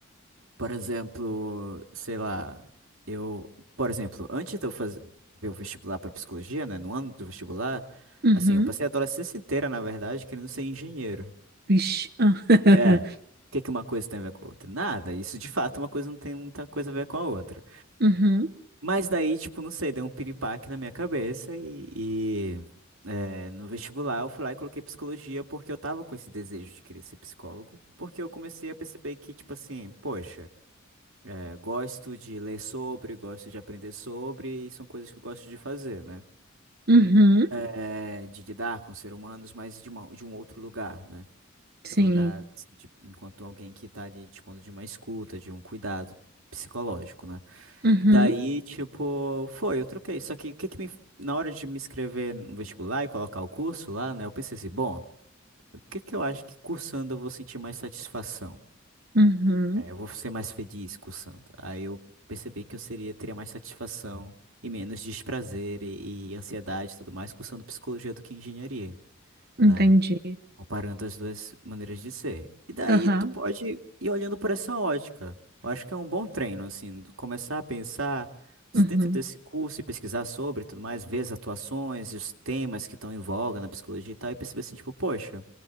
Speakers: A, on the right; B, on the right.
A: Por exemplo, sei lá, eu, por exemplo, antes de eu fazer o vestibular para psicologia, né, no ano do vestibular,
B: Uhum.
A: assim, eu passei a adolescência inteira, na verdade, querendo ser engenheiro.
B: Vixe. Ah. <laughs>
A: É. O que que uma coisa tem a ver com a outra? Nada. Isso de fato, é uma coisa não tem muita coisa a ver com a outra.
B: Uhum.
A: Mas daí, tipo, não sei, deu um piripaque na minha cabeça e, e, é, no vestibular eu fui lá e coloquei psicologia porque eu tava com esse desejo de querer ser psicólogo, porque eu comecei a perceber que, tipo assim, poxa. É, gosto de ler sobre, gosto de aprender sobre, e são coisas que eu gosto de fazer, né?
B: Uhum.
A: É, de lidar com seres humanos, mas de, uma, de um outro lugar, né?
B: Sim.
A: Do lugar, assim, de- enquanto alguém que tá ali dispondo de uma escuta, de um cuidado psicológico, né?
B: Uhum.
A: Daí, tipo, foi, eu troquei. Só que, o que que me, na hora de me inscrever no vestibular e colocar o curso lá, né? Eu pensei assim, bom, o que que eu acho que cursando eu vou sentir mais satisfação?
B: Uhum.
A: É, eu vou ser mais feliz cursando. Aí eu percebi que eu seria, teria mais satisfação e menos desprazer e, e ansiedade e tudo mais cursando psicologia do que engenharia, né?
B: Entendi.
A: Comparando as duas maneiras de ser. E daí
B: Aham.
A: tu pode ir olhando por essa ótica. Eu acho que é um bom treino, assim, tu começar a pensar se
B: Uhum.
A: dentro desse curso e pesquisar sobre e tudo mais, ver as atuações e os temas que estão em voga na psicologia e tal, e perceber assim, tipo, poxa,